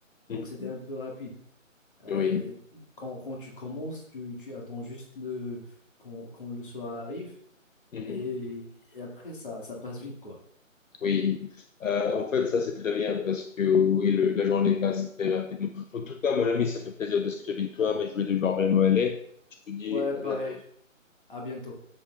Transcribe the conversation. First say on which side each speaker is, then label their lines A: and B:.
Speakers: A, on the left (about 70°); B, on the left (about 40°).
A: mhm.
B: Donc c'était un peu rapide. Euh,
A: Oui.
B: quand, quand tu commences, tu, tu attends juste le, quand, quand le soir arrive
A: mhm,
B: et, et après, ça, ça passe vite, quoi.
A: Oui. Euh, en fait, ça, c'est très bien parce que oui, le- la journée passe très rapidement. En tout cas, mon ami, ça fait plaisir de discuter avec toi, mais je vais devoir vraiment aller. Je te dis
B: Ouais, pareil.
A: à bientôt.
B: À bientôt.